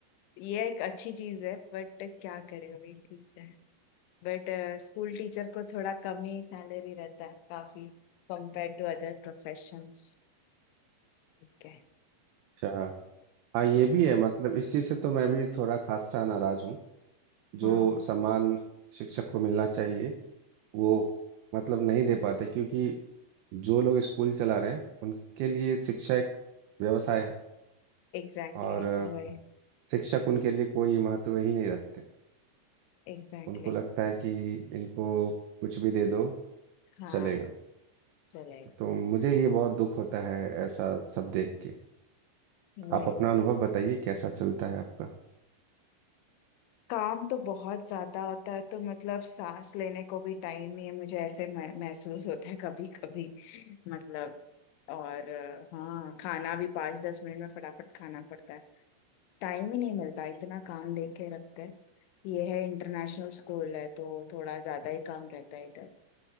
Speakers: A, on the left; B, on the right.
A: ये एक अच्छी चीज है बट क्या करें अभी ठीक है बट स्कूल टीचर को थोड़ा कम ही सैलरी रहता है काफी कंपेयर टू अदर प्रोफेशंस ठीक है।
B: अच्छा हाँ ये भी है मतलब इस चीज़ से तो मैं भी थोड़ा खासा नाराज हूँ
A: हाँ
B: जो सम्मान शिक्षक को मिलना चाहिए वो मतलब नहीं दे पाते क्योंकि जो लोग स्कूल चला रहे हैं उनके लिए शिक्षा एक व्यवसाय है
A: एग्जैक्टली
B: और
A: exactly,
B: अ,
A: वही
B: शिक्षक उनके लिए कोई महत्व ही नहीं रखते
A: Exactly
B: उनको लगता
A: exactly,
B: है कि इनको कुछ भी दे दो
A: हाँ
B: चलेगा
A: चलेगा
B: तो मुझे ये बहुत दुख होता है ऐसा सब देख के
A: वही
B: आप अपना
A: वही
B: अनुभव बताइए कैसा चलता है आपका
A: काम तो बहुत ज्यादा होता है तो मतलब सांस लेने को भी टाइम नहीं है मुझे ऐसे मह- महसूस होता है कभी कभी मतलब और अ, हाँ खाना भी पाँच दस मिनट में फटाफट खाना पड़ता है टाइम ही नहीं मिलता इतना काम दे के रखते हैं ये है इंटरनेशनल स्कूल है तो थोड़ा ज्यादा ही काम रहता है इधर